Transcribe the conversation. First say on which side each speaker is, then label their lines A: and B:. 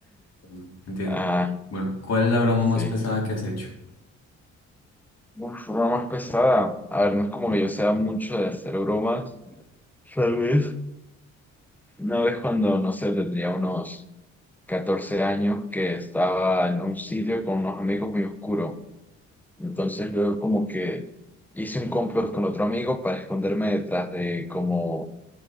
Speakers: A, on the left; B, in the centre.
A: bueno, entiendo.
B: Ah,
A: Bueno, ¿cuál es la broma
B: sí.
A: más pesada que has hecho?
B: una forma más pesada. A ver, no es como que yo sea mucho de hacer bromas. Tal vez. Una vez cuando, no sé, tendría unos 14 años que estaba en un sitio con unos amigos muy oscuro. Entonces yo como que hice un complot con otro amigo para esconderme detrás de como